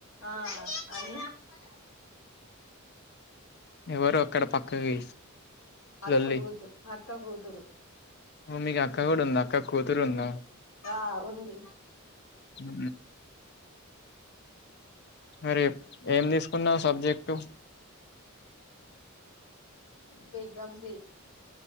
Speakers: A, on the left (about 75°); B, on the left (about 50°).
A: ఆ అ <unintelligible>
B: ఎవరు అక్కడ పక్కకి
A: అక్క
B: లొల్లి
A: కూతుర్ అక్క కూతురు
B: మీకు అక్క కూడ ఉందా అక్క కూతురు ఉంద
A: ఆ ఉంది
B: ఉ మరి ఏం తీసుకున్నావ్ సబ్జెక్టు
A: బీకాం సి